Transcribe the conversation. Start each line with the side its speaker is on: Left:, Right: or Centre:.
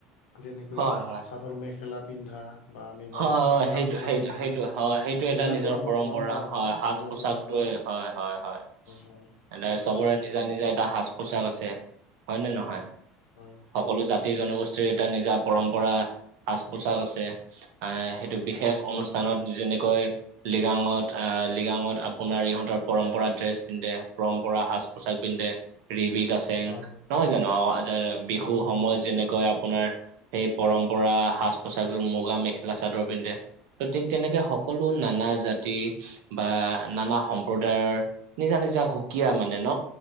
Left: যেনেকৈ
Right: হয় হয়
Left: চাদৰ মেখেলা পিন্ধা বা আমি গামচা
Right: হয়,
Left: গামোচা
Right: সেইটো সেইটো
Left: পিন্ধা
Right: সেইটো হয় সেইটো
Left: সেইবিলাকো
Right: এটা নিজৰ
Left: আমাৰ
Right: পৰম্পৰা হয় সাজ
Left: নিজৰ
Right: পোছাকটোৱে
Left: পৰম্পৰা
Right: হয়। হয়, হয়।
Left: হয়
Right: এনেদৰে
Left: সাজ পোছাক
Right: চবৰে নিজা নিজা এটা সাজ পোছাক আছে হয় নে নহয়
Left: হয়
Right: সকলো জাতি জনগোষ্ঠীৰ এটা নিজা পৰম্পৰা সাজ পোছাক আছে আহ সেইটো
Left: হয়
Right: বিশেষ অনুষ্ঠানত যেনেকৈ লিগাঙত আহ লিগাঙত আপ আপোনাৰ ইহঁতৰ পৰম্পৰা ড্ৰেছ পিন্ধে পৰম্পৰা সাজ পোছাক পিন্ধে ৰিবি কাছেং
Left: হয়
Right: নহয় জানো অ এ বিহুৰ
Left: হয়
Right: সময়ত যেনেকৈ আপোনাৰ সেই পৰম্পৰা সাজ পোছাকযোৰ মুগা মেখেলা চাদৰ পিন্ধে ত ঠিক তেনেকে সকলো নানা জাতি বা নানা সম্প্ৰদায়ৰ নিজা নিজা সুকীয়া মানে ন